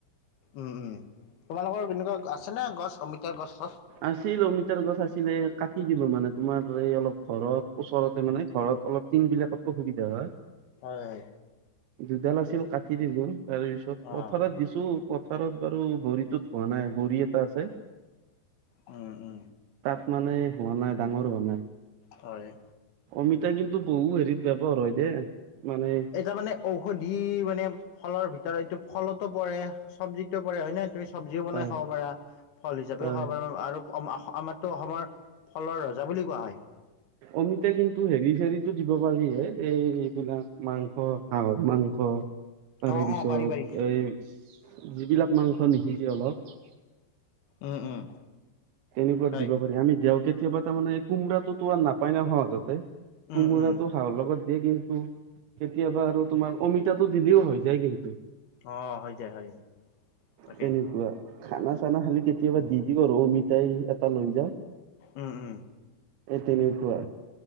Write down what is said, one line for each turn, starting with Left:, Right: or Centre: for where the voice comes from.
Left: উম উম তোমালোকৰ তেনেকুৱা আছে নে গছ অমিতা গছ- চছ।
Right: আছিল অমিতাৰ গছ আছিলে কাটি দিলোঁ মানে তোমাৰ এই অলপ ঘৰত ওচৰতে মানে ঘৰত অলপ টিং বিলাকত অসুবিধা হয়।
Left: হয়।
Right: দুডাল আছিল কাটি দিলোঁ তাৰ পিছত
Left: অ
Right: পথাৰত দিছোঁ। পথাৰত বাৰু ভৰিতোত থোৱা নাই ভৰি এটা আছে।
Left: উম উম
Right: তাত মানে হোৱা নাই ডাঙৰ হোৱা নাই।
Left: হয়
Right: অমিতা কিন্তু বহু হেৰিত ব্যৱহাৰ হয় দে মানে
Left: এতিয়া মানে ঔষধি মানে ফলৰ ভিতৰত এইটো ফলতো পৰে চব্জি চব্জিটো পৰে হয় নে, তুমি চব্জিও বনাই
Right: হয়
Left: খাব পাৰা ফল হিচাপেও
Right: হয়
Left: খাব পাৰা আৰু আমাৰ টো অসমৰ ফলৰ ৰজা বুলি কোৱা হয়।
Right: অমিতা কিন্তু হেৰি চেৰিতো দিব পাৰি হে এই এইবিলাক মাংস, হাহৰ মাংস। তাৰে
Left: অ
Right: পিছত
Left: অ পাৰি পাৰি
Right: এই যিবিলাক মাংস নিসিজে অলপ
Left: উম উম
Right: তেনেকুৱাত
Left: হয়
Right: দিব পাৰি আমি দিও কেতিয়াবা তাৰমানে কোমৰাটো আৰু নাপায় নাই সহজতে
Left: উম
Right: কোমোৰা
Left: উম
Right: হাঁহৰ লগত দিয়ে কিন্তু কেতিয়াবা আৰু তোমাৰ অমিতাটো দিলেও হৈ যায় কিন্তু।
Left: অ হয় যায় হয় যায় তাকেই।
Right: তেনেকুৱা খানা চানা খালি কেতিয়াবা দি দিওঁ আৰু অমিতাই এটা লৈ যাওঁ।
Left: উম উম
Right: হে তেনেকুৱা